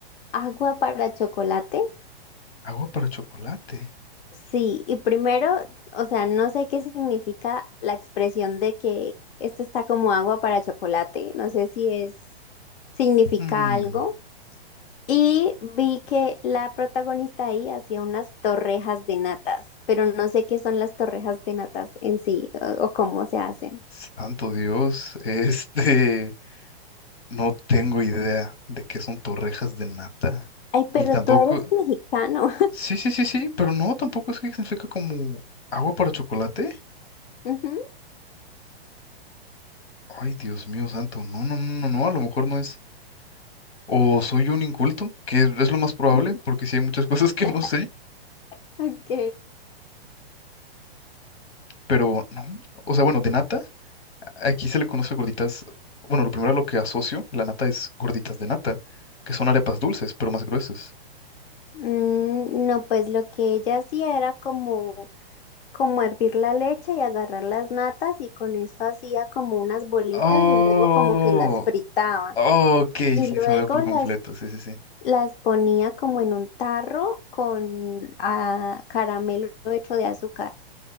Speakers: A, on the left; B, on the left.
A: Agua para Chocolate.
B: Agua para chocolate.
A: Sí, y primero, o sea, no sé qué significa la expresión de que esto está como agua para chocolate. No sé si es, significa
B: Mm,
A: algo. Y vi que la protagonista ahí hacía unas torrejas de natas, pero no sé qué son las torrejas de natas en sí o, o cómo se hacen.
B: santo Dios, <laughs> este, no tengo idea de qué son torrejas de nata.
A: Ay, pero
B: Y tampoco,
A: tú eres mexicano.
B: sí, sí, sí, sí, pero no, tampoco es que significa como agua para chocolate.
A: <laughs>
B: Ay, Dios mío, santo, no, no, no, no, no, a lo mejor no es. O soy un inculto, que es lo más probable,
A: Ujú.
B: porque sí hay muchas <laughs> cosas que
A: <laughs>
B: no sé,
A: Ok.
B: pero no, o sea, bueno, de nata. Aquí se le conoce gorditas. Bueno, lo primero a lo que asocio la nata es gorditas de nata, que son arepas dulces, pero más gruesas.
A: Mm, no, pues lo que ella hacía era como, como hervir la leche y agarrar las natas y con eso hacía como unas bolitas
B: Oh,
A: y luego como que las fritaba.
B: oh, ok, sí,
A: Y luego
B: se me ve por
A: las
B: completo. Sí, sí, sí.
A: Las ponía como en un tarro con ah, caramelo hecho de azúcar.